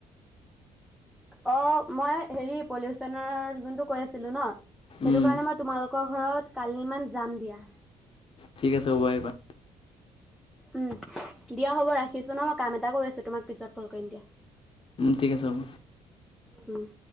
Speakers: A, in the centre; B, on the left.
A: অঁ মই হেৰি পলিউচনৰ যোনটো কৈ আছিলো ন সেইটো
B: উম
A: কাৰণে মই তোমালোকৰ ঘৰত কালিমান যাম দিয়া
B: ঠিক আছে আকৌ আহিবা।
A: উম দিয়া হ'ব ৰাখিছো ন মই কাম এটা কৰি আছো তোমাক পিছত কল কৰিম দিয়া
B: ঠিক আছে হ'ব
A: উম